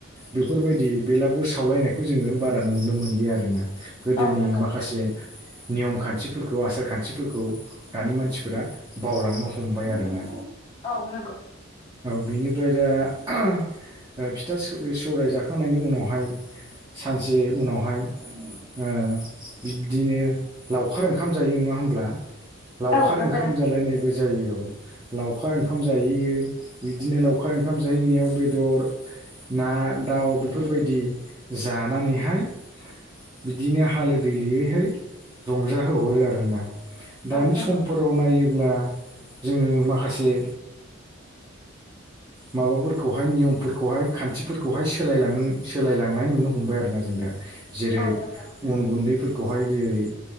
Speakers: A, on the right (about 20°); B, on the left (about 30°).
A: बेफोरबायदि बेलागुर सावलायनायखौ जोङो बारा नुनो मोनलि आरोना गोदोनि
B: औ नंगौ
A: माखासे
B: नोंथां
A: नियम खान्थिफोरखौ आसार खान्थिफोरखौ दानि मानसिफोरा बावलांनो हमबाय आरोना
B: औ नंगौ
A: बेनिफ्राय दा फिथा सौराय जाखांनायनि उनावहाय सानसे उनावहाय ओ बिदिनो लावखार ओंखाम जायो नङा होमब्ला लावखार
B: औ नंगौ
A: ओंखाम
B: नोंथां
A: जालायनायबो जायो लावखार लावखार ओंखाम जाहैयो बिदिनो लावखार ओंखाम जाहैनायाव बेदर ना दाउ बेफोरबायदि जानानैहाय बिदिनो हालोदलियैहाय रंजाहोहरो आरोना दानि
B: औ नंगौ
A: समफोराव नायोब्ला जोङो माखासे माखासे माबाफोरखौहाय नियमफोरखौहाय खान्थिफोरखौहाय सोलायलांनो सोलायलांनाय नुनो हमबाय आरोना जों दा जेरै
B: औ नंगौ नोंथां
A: उन गुन्दैफोरखौहाय जेरै